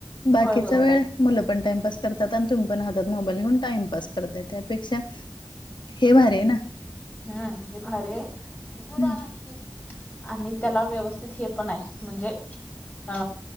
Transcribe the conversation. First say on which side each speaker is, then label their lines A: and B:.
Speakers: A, on the left; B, on the left.
A: बाकीचा
B: होय बरोबर
A: वेळ
B: आहे
A: मुलं पण टाइमपास करतात आणि तुम्ही पण हातात मोबाईल घेऊन टाइमपास करताय त्यापेक्षा हे भारी आहे ना.
B: हम्म हे भारी आहे दूध
A: हम्म
B: आणयाला पैसे दे आणि त्याला व्यवस्थित हे पण आहे म्हणजे अ